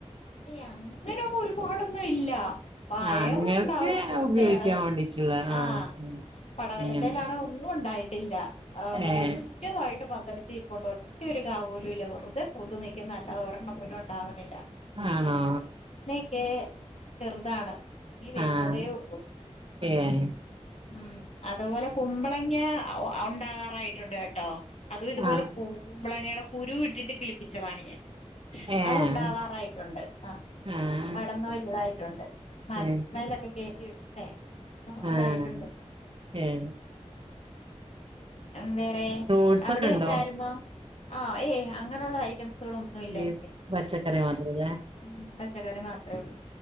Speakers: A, on the left; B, on the right.
A: ഏയ് അങ്ങനെ അങ്ങ് ഒരുപാടൊന്നും ഇല്ല. പയറുണ്ടാവും
B: ആഹ് ഇങ്ങൾക്ക്
A: കുറച്ചേറെ
B: ഉപയോഗിക്കാൻ വേണ്ടിട്ടുള്ള ആഹ്
A: ആ
B: ഉം
A: പടവലത്തേൽ
B: ഇങ്ങനെ
A: ആണെ ഒന്നും ഉണ്ടായിട്ടില്ല അ
B: ഏഹ്
A: വല്യതായിട്ട് പ ന്തലിച്ച് നിപ്പുണ്ട് ഒറ്റൊരു കാ പോലും ഇല്ല. വെറുതെ പൂത്തു നിക്കുന്ന അല്ലാതെ ഒരെണ്ണം പോലും ഉണ്ടാവണില്ല.
B: ആണോ
A: ക്കെ ചെറുതാണ് <unintelligible> ങ്ങി വരുന്നതേ
B: ആഹ്
A: ഉള്ളൂ.
B: ഏഹ്
A: ഉം അതുപോലെ കുമ്പളങ്ങ ഉ ഉണ്ടാകാറായിട്ടുണ്ട് കേട്ടോ. അതും ഇതുപോലെ
B: ആഹ്
A: കു കുമ്പളങ്ങയുടെ കുരു ഇട്ടിട്ട് കിളിപ്പിച്ചതാണ് ഞാൻ.
B: ഏഹ്
A: അത്ണ്ടാവാറായിട്ടുണ്ട് ആ
B: ആഹ്
A: പടന്ന് വലുതായിട്ടുണ്ട്. മരത്തിൻ
B: ഏഹ്
A: മേലൊക്കെ കേറ്റി വിട്ടിട്ടേ <unintelligible> അല്ലായിട്ടുണ്ട്
B: ആഹ് ഏഹ്
A: അം വേറെ
B: ഫ്രൂട്ട്സ്
A: അവിടെ
B: ഒക്കെ ഇണ്ടോ?
A: എന്തായിരുന്നു ഒ ഏയ് അങ്ങനെയുള്ള ഐറ്റംസ് സുകൾ ഒന്നുംല്ല
B: ഈ
A: എനിക്ക്
B: പച്ചക്കറി
A: <inaudible> <unintelligible>
B: മാത്രല്ലേ
A: മാത്രേ ഉള്ളു